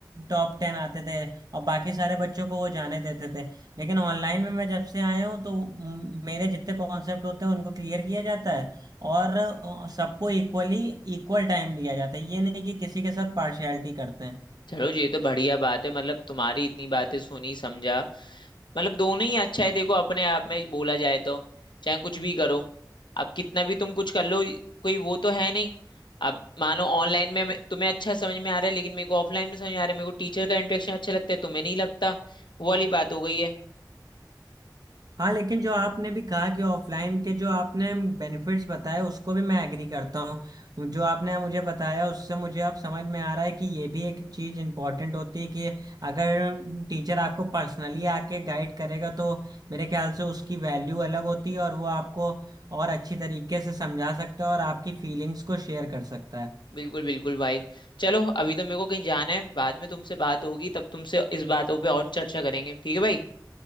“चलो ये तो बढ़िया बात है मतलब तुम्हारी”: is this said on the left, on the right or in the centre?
Left